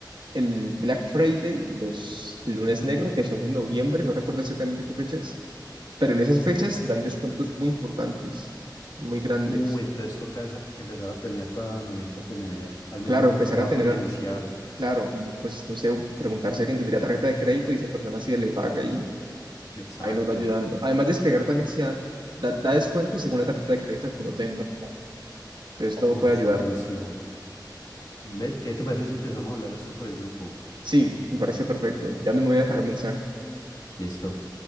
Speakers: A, on the right; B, on the left.
A: el Black Friday y los lunes negro, que son en noviembre, no recuerdo exactamente qué fechas, Pero en esas fechas dan descuentos muy importantes, muy grandes.
B: Uh, entonces toca esa- empezar a planear para noviembre tener al
A: Claro,
B: menos
A: empezar
B: una
A: a tener,
B: cuota inicial.
A: claro, y pues no sé, preguntar si alguien tendría tarjeta de crédito y esa persona sí le paga y
B: Exacto.
A: ahí nos va ayudando. Además, despegar también se dan, da, da descuentos según la tarjeta de crédito que uno tenga. Entonces todo
B: Uh,
A: puede
B: eso está
A: ayudar.
B: buenísimo. Vete, ¿te parece si empezamos a hablar esto por el grupo?
A: Sí, me parece perfecto. Ya me voy a dejar un mensaje.
B: Listo.